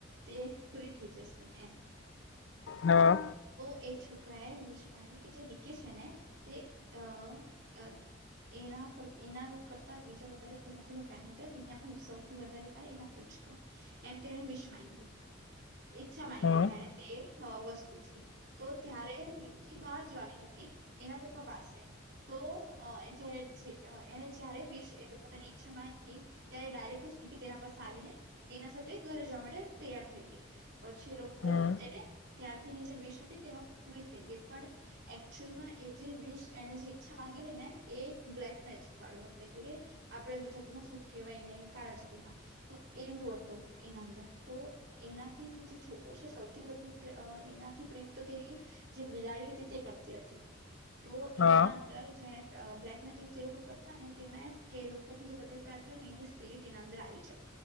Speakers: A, on the right; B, on the left.
A: તે પૂરી થઈ જશે એમ.
B: હા.
A: એ છોક રાયે વીસ માંગ્યુ કે જે નિક્કી છે ને તે, અ અ એના કર એના કરતા બીજા વધારે કોઈનાથી પ્રેમ ની કરે દુનિયામાં બી સૌથી વધારે એનાથી જ કરે. એમ તેને વિષ માંગી. ઈચ્છા માંગી
B: હમ
A: તેને તે વસ્તુથી. તો ત્યારે નિકકી બહાર જવાની હતી. એના પપ્પા પાસે તો અ જેર જે એને જય્યારે વિશ પોતાની ઈચ્છા માંગી ત્યારે ડાયરેક્ટ નિકકી તેના પાસે આવીને એના સાથે ઘરે જવા માટે તૈયાર થઈ ગઈ. પછી એ લોકો
B: હમ
A: એટલે ત્યારથી એની જે વિશ હતી તેમાં પૂરી થઈ ગઈ. પણ એકચુલમાં એ જે વિશ એને જે ઈચ્છા માંગેલી ને એ એક બ્લેક મેજિક વાળો હતો. એટલે કે આપણે ગુજરાતીમાં શું કહેવાયને કાળા જાદુ. હા તો એવું હતું એના અંદર. તો એનાથી જે છોકરો છે સૌથી વધુ પ્રે અ એનાથી પ્રેમ તો તેની જે બિલાડી હતી તે કરતી હતી. તો
B: હા
A: એના અંદર જે ક બ્લેકમેજિક જે લોકો કરતા ને, તેમા એમ કે એ લોકોથી જે પ્યાર કરે, ને એની સ્પિરિટ એના અંદર આવી જાય.